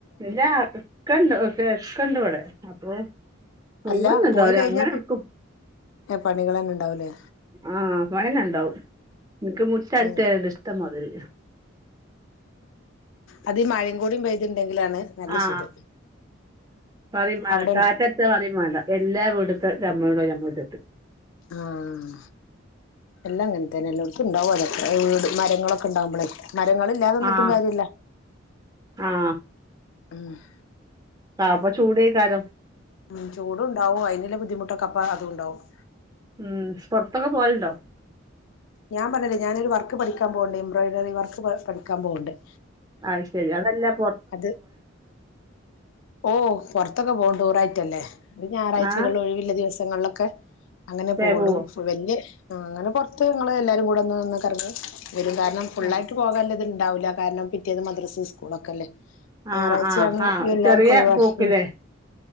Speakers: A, on the right; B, on the left.
A: ഇല്ല ഇക്കണ്ട് <unintelligible> ഇക്കണ്ട് വടെ അപ്പൊ ഒയിവൊന്നുണ്ടാവൂല
B: അല്ല പോയി കഴിഞ്ഞാ
A: അങ്ങനെട്ക്കും
B: പണികൾ തന്നെ ഉണ്ടാവൂലേ
A: ആഹ് പണ്യെ നെണ്ടാവും ഇൻക്ക് മുറ്റടിച്ചേരാണ്ട്
B: ഉം
A: ഇഷ്ടംമാതിരി
B: അത് ഈ മഴയും കൂടി പെയ്തുണ്ടെങ്കിലാണ് നല്ല
A: ആ
B: സുഖം
A: പറിം മാണ്ട
B: അവിടെണ്ട്
A: കാറ്റട്ച്ച പറിം മാണ്ട എല്ല വീട്ട്ത്തെ ചമ്മലുണ്ടാവും ഞമ്മളെ മുറ്റത്ത്.
B: ആഹ് എല്ലാം അങ്ങൻ തെന്നെ എല്ലോട്ത്തുണ്ടാവും അതൊക്കെ വീട് മരങ്ങളൊക്കെ ണ്ടവുമ്പളെ മരങ്ങള് ഇല്ലാത് ന്ന്ട്ടും
A: ആഹ്
B: കാര്യല്ല
A: ആഹ്
B: ഉം-
A: ആഹ് അപ്പൊ ചൂടേക്കാരം
B: ഉ ചൂടുണ്ടാവും അയിന്ള്ള ബുദ്ധിമുട്ടൊക്കോപ്പ അതും ഉണ്ടാവും-
A: ഉം പൊറത്തൊക്കെ പോവലണ്ടോ-
B: ഞാൻ പറഞ്ഞില്ലേ ഞാനൊരു വർക്ക് പഠിക്കാൻ പോവണ്ട് എംബ്രോയിഡറി വർക്ക് പഠിക്കാൻ പോുന്നുണ്ട്-
A: ആ് ശരി അതെല്ല-
B: അത് ഓ പുറത്തൊക്കെ പോണ്ടൂ റ്റു റായി- അല്ലേ ഞായറാഴ്ചകൾ
A: ആഹ്
B: ഒഴിവില്ല ദിവസ- ങ്ങളൊക്കെ- അങ്ങനെ
A: തെ
B: പോളു
A: പോവോ
B: സുകന്യ ആ അങ്ങനെ പുറത്ത് നിങ്ങള് എല്ലാരും കൂടെ ഒന്ന്ന്നൊ കറങ്ങി വരും കാരണം ഫുളളായിട്ട്
A: ആഹ്
B: പോകാള്ളത് ഇ ഉണ്ടാവില്ല കാരണം പിറ്റേന്ന് മദ്രസ് സ്കൂളൊക്കെ അല്ലേ-
A: ആഹ്
B: ഞായറാഴ്ചയാണ്
A: ആഹ് ആഹ്
B: എല്ലാർക്കും
A: ചെറിയ
B: ഒഴിവാണ്-
A: പോക്ക്ലേ
B: ഉം